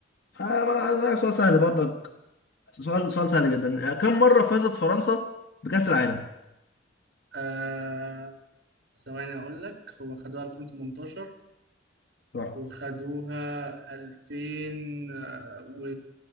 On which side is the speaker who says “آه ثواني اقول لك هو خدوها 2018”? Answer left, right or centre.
Right